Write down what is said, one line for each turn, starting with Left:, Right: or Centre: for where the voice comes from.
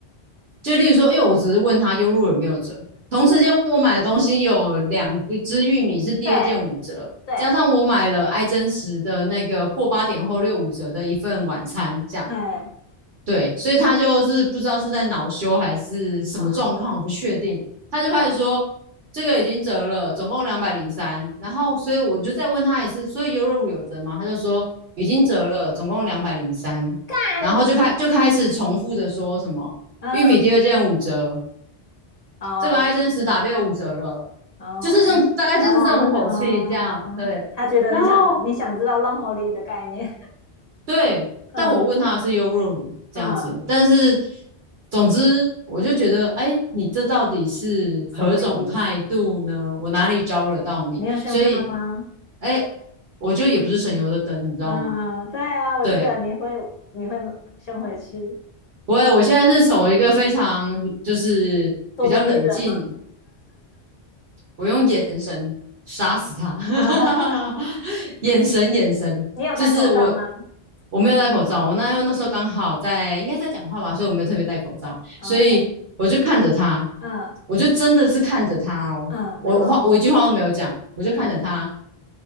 Right: 就例如说，因为我只是问他优入有没有折，同时间我买的东西有两一只玉米是第二件五折，
Left: 是？对对，
Right: 加上我买了爱真实的那个过八点后六五折的一份晚餐，这样。
Left: 哎，
Right: 对，所以他就是不知道是在恼羞还是什么状况，
Left: 好好好，
Right: 我不确定。他就开始说
Left: <laughs> 嗯
Right: 这个已经折了，总共两百零三。然后，所以我就再问他一次，所以优柔乳有折吗？他就说已经折了，总共两百零三。
Left: 但
Right: 然后就开就开始重复着说什么玉米第二件五折，
Left: 嗯嗯
Right: 这个爱真实打六五折了，
Left: 嗯嗯嗯，
Right: 就是这种大概就是这种口气这样对。
Left: 他觉得你想你想知道浪吼里的概念，
Right: 然后对，
Left: <laughs> 嗯
Right: 但我问他的是优若乳这样子，
Left: 嗯，
Right: 但是总之我就觉得，哎，你这到底是何种态度呢？
Left: 什么意思？
Right: 我哪里招惹到你？
Left: 你有胸大吗？
Right: 所以，哎，我就也不是省油的灯，你知道吗？
Left: 嗯，对啊，我记得你会你会先回去
Right: 对，我我现在是走一个非常就是比较冷静，
Left: 咄咄逼人吗？
Right: 我用眼神杀死他
Left: 啊，<laughs>
Right: <laughs>，眼神眼神，
Left: 你有戴口罩吗
Right: 就是我我没有戴口罩，我那因那时候刚好在应该在讲话吧，所以我没有特别戴口罩，
Left: ？OK，
Right: 所以我就看着他，
Left: 嗯
Right: 我就真的是看着他哦，
Left: 嗯，
Right: 我话我一句话都没有讲，
Left: 然后
Right: 我就看着他，
Left: 嗯，